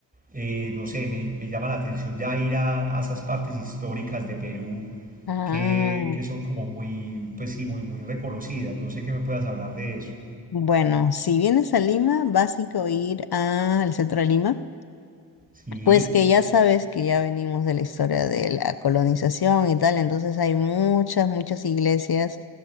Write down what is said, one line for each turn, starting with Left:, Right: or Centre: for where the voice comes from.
Right: eh, no sé, me, me llama la atención ya ir a, a esas partes históricas de Perú
Left: Ah,
Right: que, que son como muy, pues sí, muy, muy reconocidas. No sé qué me puedas hablar de eso.
Left: bueno, si vienes a Lima, vas a ir al centro de Lima.
Right: Sí,
Left: Pues que ya sabes que ya venimos de la historia de la colonización y tal, entonces hay muchas, muchas iglesias